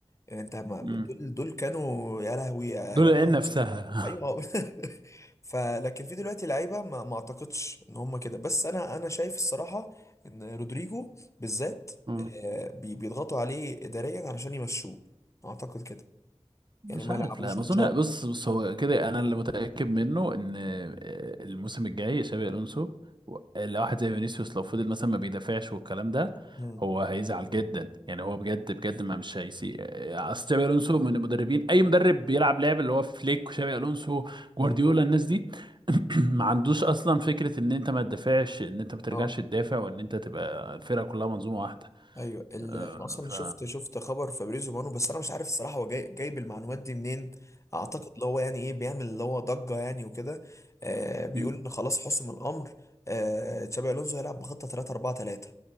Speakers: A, on the left; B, on the right.
A: يعني انت ما
B: مم.
A: دول دول كانوا يا لهوي يا
B: دول
A: جماعه
B: العين نفسها
A: بصوا. ايوه <laughs> فلكن في دلوقتي لعيبه ما, ما اعتقدش ان هم كده بس انا انا شايف الصراحه ان رودريجو بالذات
B: مم.
A: آه، بي- بيضغطوا عليه اداريا علشان يمشوه اعتقد كده
B: مش
A: يعني ما
B: عارف
A: يلعبوش
B: لا ما
A: ماتشات
B: اظن بص بص هو كده انا اللي متاكد منه ان آه، الموسم الجاي شابي الونسو و- لو واحد زي فينيسيوس لو فضل مثلا ما بيدافعش والكلام ده
A: مم.
B: هو هيزعل جدا يعني هو بجد بجد ما مش هيسي آه، اصل شابي الونسو من المدربين اي مدرب بيلعب لعب اللي هو فليك وشابي الونسو
A: مم.
B: جوارديولا الناس دي <clears throat>
A: مم.
B: ما عندوش اصلا فكره ان انت ما تدافعش ان انت ما ترجعش
A: اه
B: تدافع وان انت تبقى الفرقه كلها منظومه واحده
A: ايوه ال...
B: آه،
A: انا اصلا
B: ف
A: شفت شفت خبر فابريزو مانو بس انا مش عارف الصراحه هو جاي جايب المعلومات دي منين اعتقد اللي هو يعني ايه بيعمل اللي هو ضجه يعني وكده آه بيقول
B: مم.
A: ان خلاص حسم الامر آه تشابي الونزو هيلعب بخطه 3 4 3